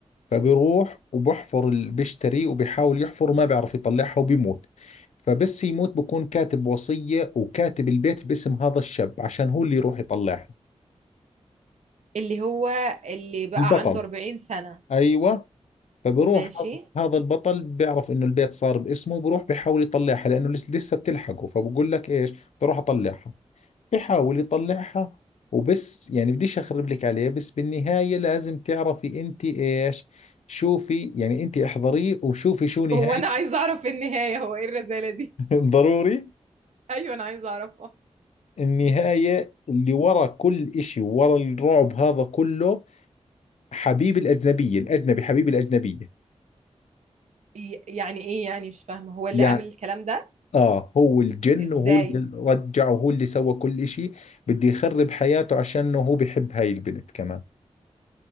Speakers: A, on the left; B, on the right.
A: فبيروح وبحفر ال- بيشتري وبيحاول يحفر وما بيعرف يطلعها وبيموت فبس يموت بكون كاتب وصية وكاتب البيت باسم هذا الشاب عشان هو اللي يروح يطلعها
B: اللي هو اللي بقى
A: البطل
B: عنده 40 سنة
A: أيوة فبروح
B: ماشي
A: هذا هذا البطل بيعرف انه البيت صار باسمه وبروح بيحاول يطلعها لانه لس- لسه بتلحقه فبقول لك ايش بروح اطلعها بحاول يطلعها وبس يعني بديش اخرب لك عليه بس بالنهاية لازم تعرفي انت ايش شوفي يعني انت احضريه وشوفي شو نهاية
B: هو أنا عايزة أعرف النهاية هو إيه الرزالة دي
A: <laughs> ضروري
B: <laughs> أيوة أنا عايزة أعرفها
A: النهاية اللي ورا كل اشي ورا الرعب هذا كله حبيب الاجنبية الاجنبي حبيب الاجنبية
B: ي- يعني إيه يعني مش فاهمة هو اللي
A: يعني
B: عامل الكلام ده
A: اه هو الجن
B: إزاي
A: وهو اللي رجع وهو اللي سوى كل اشي بده يخرب حياته عشان هو بحب هاي البنت كمان